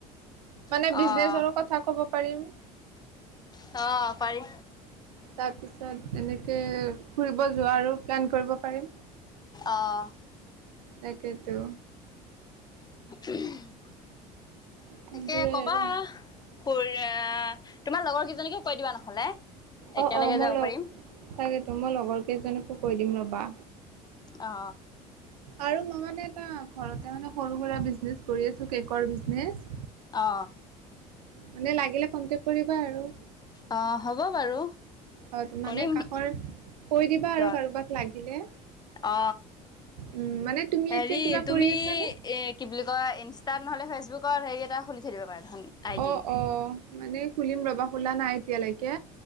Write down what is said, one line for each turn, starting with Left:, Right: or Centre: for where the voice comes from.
Right: মানে
Left: অ',
Right: বিজনেচৰ কথা কব পাৰিম।
Left: অ', পাৰি
Right: তাৰপিছত এনেকে ফুৰিব। কত যোৱা আৰু প্লেন কৰিব পাৰিম
Left: অ',
Right: তাকেই টো।
Left: <inaudible> তোমাৰ
Right: সেইবোৰে আৰু
Left: লগৰ কেইজনীকো কৈ দিবা নহলে। একেলগে
Right: অ অ মই
Left: যাব
Right: লগ
Left: পাৰিম
Right: তাকেতো মই লগৰ কেইজনীকো কৈ দিম ৰ'বা।
Left: অ।
Right: আৰু মনতে সৰু কিবা বিজনেচ কৰি কেকৰ বিজনেচ।
Left: অ।
Right: মানে লাগিলে কনটেক কৰিবা আৰু।
Left: অ হ'ব বাৰু।
Right: অ তো মানে
Left: কৰিম
Right: কাষৰ কৈ দিবা
Left: যত
Right: আৰু কাৰোবাক লাগিলে।
Left: অ
Right: উম মানে তুমি
Left: হেৰি
Right: এতিয়া কিবা
Left: তুমি
Right: কৰি আছানে?
Left: এ কি বুলি। ইনষ্টাত নহলে ফেচবুকত হেৰি এটা খুলি থৈ দিব পাৰা। দেখোন। আই ডি
Right: অ অ মানে খুলিম ৰবা খোলা নাই এতিয়ালৈকে।